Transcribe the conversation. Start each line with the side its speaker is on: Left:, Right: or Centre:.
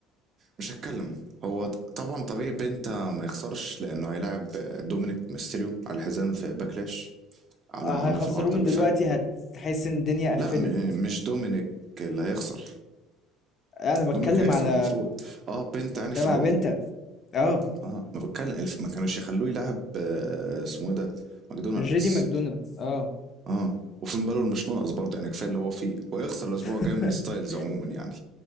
Right: مش هتكلم هو طبعا طبيعي بنتا ما يخسرش لانه هيلاعب دومينيك ميستيريو على الحزام في باكلاش اعلنوا
Left: آه،
Right: عنه
Left: هيخسروه
Right: في العرض
Left: من
Right: اللي
Left: دلوقتي
Right: فات
Left: هتحس ان الدنيا قفلت
Right: لا م- مش دومينيك اللي هيخسر
Left: انا بتكلم
Right: دومينيك هيكسب
Left: على
Right: المفروض اه بنت يعني
Left: بتكلم
Right: في الرو
Left: على بنتا اه
Right: اه ما بتكلم الف- ما كانوش يخلوه يلعب آه، اسمه ايه ده ماكدونالدز
Left: مش جيدي ماكدونا اه
Right: اه وفين بالور مش ناقص برضه يعني كفايه اللي هو فيه ويخسر الاسبوع
Left: <laughs>
Right: الجاي من ستايلز عموما يعني